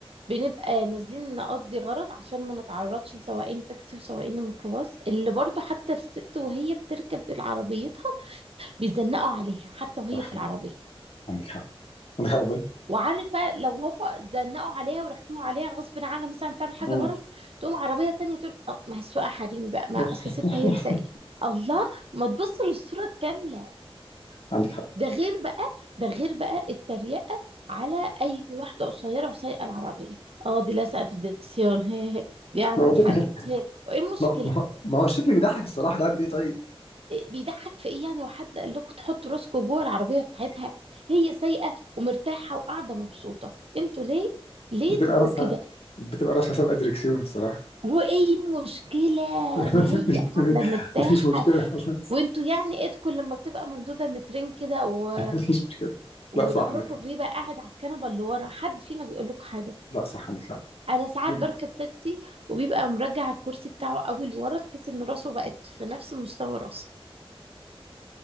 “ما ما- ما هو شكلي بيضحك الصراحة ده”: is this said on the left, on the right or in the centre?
Left